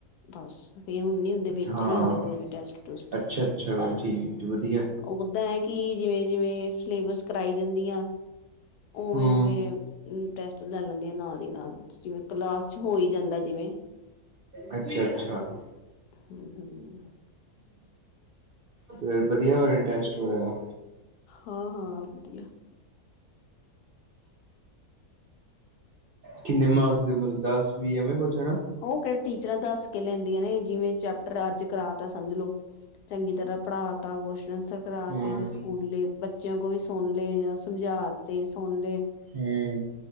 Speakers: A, on the left (about 85°); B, on the right (about 60°).
A: ਬਸ ਇਹ ਹੁਣ ਨੀ ਹੁੰਦੇ ਵਿੱਚ
B: ਹਾਂ
A: ਨੀ ਹੁੰਦੇ ਕੋਈ ਵੀ ਟੈਸਟ ਟੂਸਟ।
B: ਅੱਛਾ ਅੱਛਾ ਠੀਕ ਵਧੀਆ
A: ਉਦਾਂ ਹੈ ਕਿ ਜਿਵੇਂ ਜਿਵੇਂ ਸਿਲੇਬਸ ਕਰਾਈ ਜਾਂਦੀਆਂ ਉਵੇਂ
B: ਹਮ
A: ਉਵੇਂ ਟੈਸਟ ਲੈ ਲੈਂਦੀ ਆ ਨਾਲ ਦੀ ਨਾਲ ਜਿਵੇਂ ਕਲਾਸ ਚ ਹੋਈ ਜਾਂਦਾ ਜਿਵੇਂ।
B: ਅੱਛਾ ਅੱਛਾ ਹਮ।
A: ਹਮ ਹਮ
B: ਫੇਰ ਵਧੀਆ ਹੋ ਰਹੇ ਆ ਟੈਸਟ ਵਗੈਰਾ?
A: ਹਾਂ ਹਾਂ ਵਧੀਆ
B: ਕਿੰਨੇ ਮਾਰਕਸ ਦੇ ਮਤਲਬ ਦਸ ਵੀ ਐਵੇਂ ਕੁਛ ਹੈਨਾ?
A: ਉਹ ਕਿਹੜਾ ਟੀਚਰਾਂ ਦੱਸ ਕੇ ਲੈਂਦੀਆਂ ਨੇ ਜਿਵੇਂ ਚੈਪਟਰ ਅੱਜ ਕਰਾ ਤਾ ਸਮਝ ਲੋੋ ਚੰਗੀ ਤਰ੍ਹਾਂ ਪੜ੍ਹਾ ਤਾ ਕੁਛ <unintelligible> ਕਰਾ
B: ਹੂੰ,
A: ਤੇ ਫੇਰ ਸਕੂਲੇ ਬੱਚਿਆਂ ਕੋ ਵੀ ਸੁਣ ਲਏ ਜਾਂ ਸਮਝਾ ਤੇ ਸੁਣ ਲਏ।
B: ਹਮ।